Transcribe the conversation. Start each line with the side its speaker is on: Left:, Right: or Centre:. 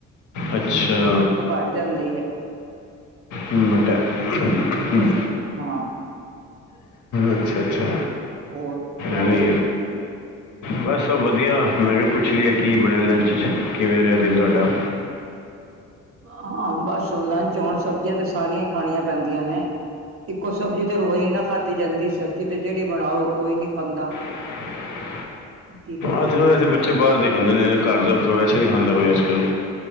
Left: ਅੱਛਾ।
Right: ਪੈ ਜਾਂਦੀ ਏ।
Left: ਹਮ ਮਟਾ
Right: ਤੇ ਬਸ
Left: ਹਮ
Right: ਹਾਂ
Left: ਅੱਛਾ ਅੱਛਾ
Right: ਹੋਰ ਹੋਰ
Left: ਏਂਵੀ ਏ ਬਸ ਵਧੀਆ ਮੈਂ ਕਿਹਾ ਪੁੱਛ ਪੁੱਛ ਲਈਏ ਕੀ ਬਣਿਆ ਲੰਚ 'ਚ ਕਿਵੇਂ ਰਿਹਾ ਦਿਨ ਤੁਹਾਡਾ
Right: ਹਾਂ ਬਸ ਲੰਚ ਹੁਣ ਸਬਜ਼ੀਆਂ ਤੇ ਸਾਰੀਆਂ ਹੀ ਖਾਣੀਆਂ ਪੈਂਦੀਆਂ ਨੇ ਇੱਕੋ ਸਬਜ਼ੀ ਤੇ ਰੋਜ਼ ਹੀ ਨਾ ਖਾਧੀ ਜਾਂਦੀ ਸਬਜ਼ੀ ਤੇ ਜਿਹੜੀ ਬਣਾਓ ਕੋਈ ਨੀ ਖਾਂਦਾ
Left: ???
Right: ਕੀ ਕਰੀਏ
Left: ਅੱਜ ਕੱਲ ਐਸੇ ਬੱਚੇ ਬਾਹਰ ਦੇ ਖਾਂਦੇ ਨੇ ਘਰ ਦਾ ਵੈਸੇ ਨਹੀਂ ਖਾਂਦਾ ਕੋਈ ਅੱਜ ਕੱਲ